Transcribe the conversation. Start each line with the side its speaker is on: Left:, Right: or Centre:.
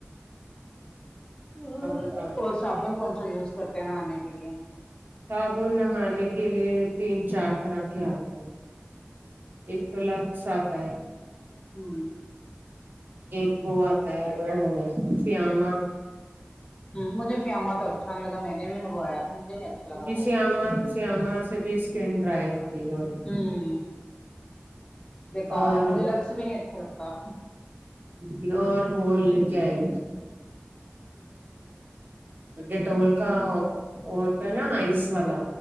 Left: اور
Right: آپ بتاؤ
Left: اور صابن کون سا یوز کرتے ہیں نا نہانے کے لیے
Right: صابن نہانے کے لیے تین چار طرح کے آتے ہیں ایک تو لکس آتا ہے
Left: ہوں
Right: ایک وہ آتا ہے ا فیامہ
Left: ہاں مجھے فیامہ تو اچھا نہیں لگا میں نے بھی منگوایا تھا مجھے نہیں اچھا لگا
Right: جی
Left: وہ
Right: صیامہ صیامہ سے بھی اسکن ڈرائی ہوتی ہے باڈی
Left: ہوں بیکار
Right: اور
Left: مجھے لکس بھی نہیں اچھا لگتا
Right: ڈیور رول لیکے اۓ مجھے ڈیٹول کا ہوتا ہے نہ آئس والا